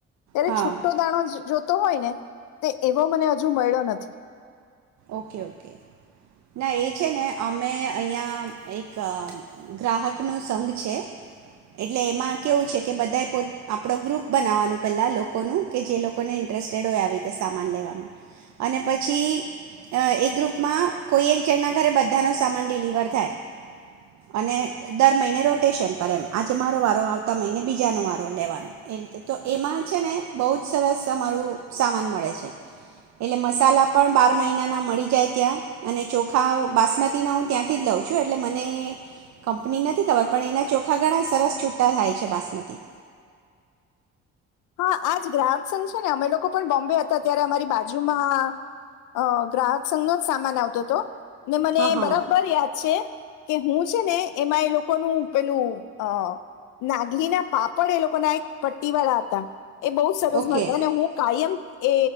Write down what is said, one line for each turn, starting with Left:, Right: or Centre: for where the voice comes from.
Left: ત્યારે
Right: હા
Left: છુટો દાણો જ જોતો હોય ને તે એવો મને હજુ મળ્યો નથી.
Right: ઓકે-ઓકે. ના એ છે ને અમે અહીંયા એક ગ્રાહકનું સંઘ છે એટલે એમાં કેવું છે કે બધાએ પો આપણો ગ્રુપ બનાવવાનું પહેલા લોકોનું કે જે લોકોને ઇન્ટરેસ્ટેડ હોય આવી રીતે સામાન લેવામાં અને પછી એક ગ્રુપમાં કોઈ એક જણના ઘરે બધાનો સામાન ડિલિવર થાય અને દર મહિને રોટેશન પર એમ આજે મારો વારો આવતા મહિને બીજાનો વારો લેવાનો એ રીતે તો એમાં છે ને બહુ જ સરસ અમારું સામાન મળે છે એટલે મસાલા પણ બાર બાર મહિનાના મળી જાય ત્યાં અને ચોખા બાસમતીના હું ત્યાંથી જ લઉં છું એટલે મને કંપની નથી ખબર પણ એના ચોખા ઘણા સરસ છૂટા થાય છે બાસમતી
Left: હા આજ ગ્રાહક સંઘ છે ને અમે લોકો પણ બોમ્બે હતા ત્યારે અમારી બાજુમાં અ ગ્રાહક સંઘ નો જ સામાન આવતો હતો. ને મને
Right: હા હા
Left: બરાબર યાદ છે. કે હું છે ને એમાં એ લોકોનું પેલું અ નાગલી ના પાપડ એ લોકો ના એક પટ્ટી વાળા હતા. એ બહુ સરસ
Right: ઓકે
Left: મળતા અને હું કાયમ એ